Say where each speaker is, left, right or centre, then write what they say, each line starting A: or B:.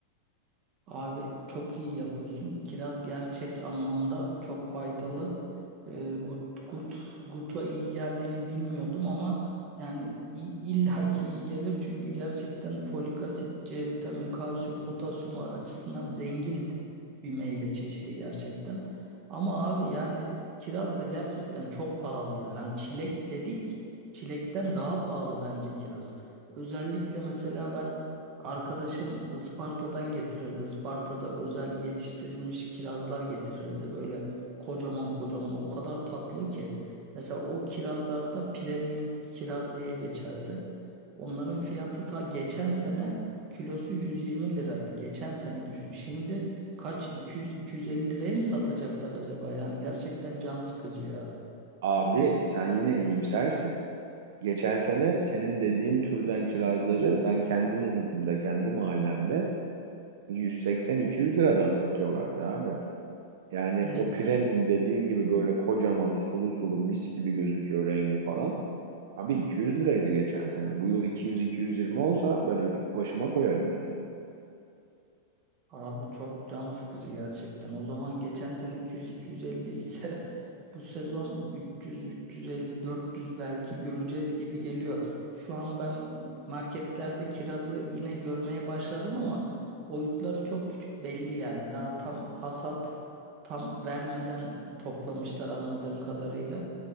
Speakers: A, on the right; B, on the right.
A: Abi çok iyi yapıyorsun. Kiraz gerçek anlamda çok faydalı. Ee, gut, gut, guta iyi geldiğini bilmiyordum ama yani i- illaki iyi gelir. Çünkü gerçekten folik asit, C vitamini, kalsiyum, potasyum açısından zengin bir meyve çeşidi gerçekten. Ama abi yani kiraz da gerçekten çok pahalı ya. Yani çilek dedik, çilekten daha pahalı bence kiraz. Özellikle mesela ben Arkadaşım Isparta'dan getirirdi. Isparta'da özel yetiştirilmiş kirazlar getirirdi. Böyle kocaman kocaman o kadar tatlı ki. Mesela o kirazlarda premium kiraz diye geçerdi. Onların fiyatı ta geçen sene kilosu 120 liraydı. Geçen sene düşün. Şimdi kaç 200-250 liraya mı satacaklar acaba? Yani gerçekten can sıkıcı ya.
B: Abi sen yine iyimsersin. Geçen sene senin dediğin türden kirazları ben kendi muhitimde, kendi mahallemde 180-200 liradan satıyorlardı abi. Yani
A: Ne?
B: o premium dediğin gibi böyle kocaman sulu sulu mis gibi gözüküyor rengi falan. Abi 200 liraydı geçen sene. Bu yıl 200-220 olsa ben öpüp başıma koyarım yani.
A: Abi çok can sıkıcı gerçekten. O zaman geçen sene 200-250 ise <laughs> bu sezon 300-350-400 belki göreceğiz gibi geliyor. Şu an ben marketlerde kirazı yine görmeye başladım ama boyutları çok küçük belli yani. Daha tam hasat tam vermeden toplamışlar anladığım kadarıyla.